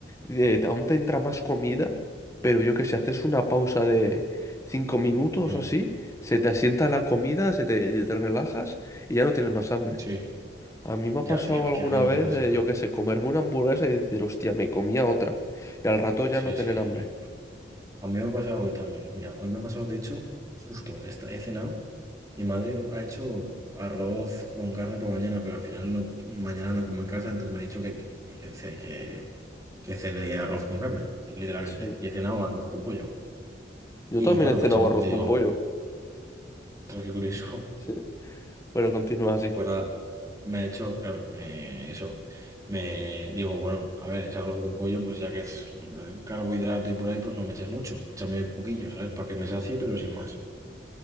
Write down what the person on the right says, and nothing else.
Mm,
sí,
ya,
tío, es
que a mí me
pasa siempre.
Sí,
sí,
igual. A mí me ha pasado hoy también. Mira, hoy me ha pasado, de hecho, justo, esta, he cenado. Mi madre ha hecho arroz con carne para mañana, pero al final no, mañana no como en casa, entonces me ha dicho que, que, ce- que, que cene arroz con carne, literalmente.
Y he cenado arroz con pollo.
Y
claro,
me ha hecho un,
le
digo,
ostras, qué curioso,
Pues nada, me he hecho, claro, me, eso, me digo, bueno, a ver, es arroz con pollo, pues ya que es eh, carbohidrato y por ahí, pues no me eches mucho, échame poquillo, ¿sabes? Para que me sacie, pero sin más.